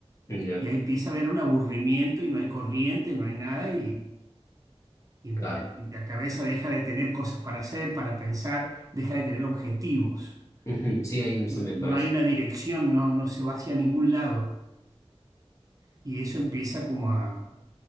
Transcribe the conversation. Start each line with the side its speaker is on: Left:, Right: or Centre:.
Left: ya,
Right: Y ahí empieza a haber un aburrimiento y no hay corriente, no hay nada y, y-
Left: claro.
Right: y la cabeza deja de tener cosas para hacer, para pensar, deja de tener objetivos.
Left: ujú, Sí, ahí sí
Right: No,
Left: me parece.
Right: no hay una dirección, no, no se va hacia ningún lado. Y eso empieza como a,